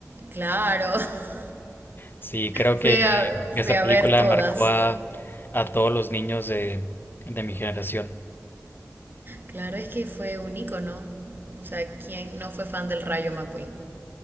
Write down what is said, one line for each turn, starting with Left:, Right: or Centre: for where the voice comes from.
Right: Claro. <laughs>
Left: Sí, creo
Right: Fui
Left: que
Right: a, fui
Left: esa
Right: a
Left: película
Right: ver todas.
Left: marcó a, a todos los niños de, de mi generación.
Right: Claro, es que fue un ícono. O sea, ¿quién no fue fan del Rayo McQueen?